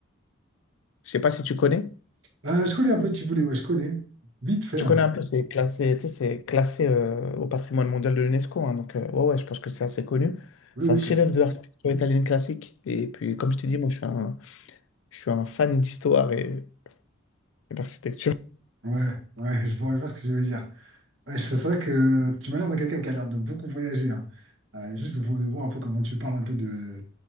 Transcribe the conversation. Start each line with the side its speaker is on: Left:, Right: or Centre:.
Left: je sais pas si tu connais.
Right: Euh, je connais un peu Tivoli, ouais, je connais. Vite fait,
Left: Tu
Right: hein,
Left: connais
Right: vite.
Left: un peu, c'est classé, tu sais, c'est classé euh, au patrimoine mondial de l'UNESCO. hein. donc, euh, ouais, ouais, je pense que c'est assez connu.
Right: Oui,
Left: C'est
Right: oui,
Left: un chef-d'œuvre
Right: clairement.
Left: de l'architecture italienne classique. Et puis, comme je t'ai dit, moi, je suis un, je suis un fan d'histoire et et d'architecture.
Right: Ouais, ouais, je vois, je vois ce que je veux dire. Ouais, c'est vrai que tu m'as l'air de quelqu'un qui a l'air de beaucoup voyager. hein. Euh, juste pour voir un peu comment tu parles un peu de,